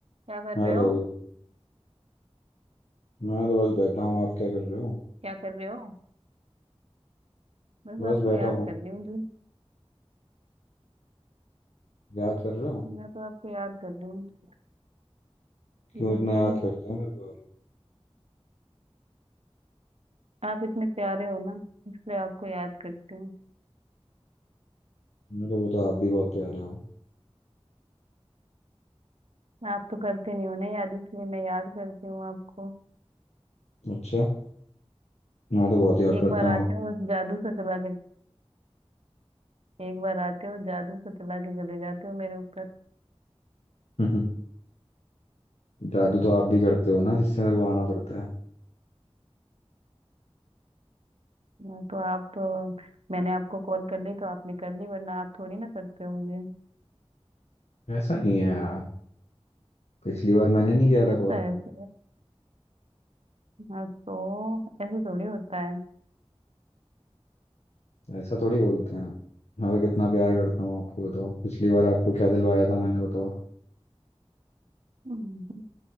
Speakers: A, on the right; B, on the left.
A: क्या कर
B: Hello
A: रहे हो
B: मैं तो बस बैठा हूँ आप क्या कर रहे हो
A: क्या कर रहे हो बस
B: बस
A: आपको
B: बैठा
A: याद
B: हूँ
A: कर रही हूँ जी
B: याद कर रहे हो
A: मैं तो आपको याद कर रही हूँ
B: क्यों
A: बिल्कुल
B: इतना याद करते हो मेरे को
A: आप इतने प्यारे हो ना इसलिए आपको याद करती हूँ
B: मैं तो वो तो आप भी बहुत प्यारे हो
A: आप तो करते नहीं हो ना याद इसलिए मैं याद करती हूँ आपको
B: अच्छा मैं तो बहुत याद करता
A: एक बार
B: हूँ
A: आते
B: आप
A: हो बस जादू से चला के एक बार आते हो जादू से चला के चले जाते हो मेरे ऊपर
B: <laughs> जादू तो आप भी करते हो ना जिससे मेरे को आना पड़ता है
A: मैं तो आप तो मैंने आपको कॉल कर ली तो आपने कर ली वरना आप थोड़ी ना करते हो मुझे
B: ऐसा नहीं है यार पिछली बार मैंने नहीं किया
A: कैसा
B: था कॉल
A: है ऐसे हाँ तो ऐसे थोड़ी होता
B: ऐसा थोड़ी बोलते हैं मैं तो कितना प्यार करता हूँ आपको बताओ पिछली बार आपको क्या दिलवाया था मैंने बताओ
A: है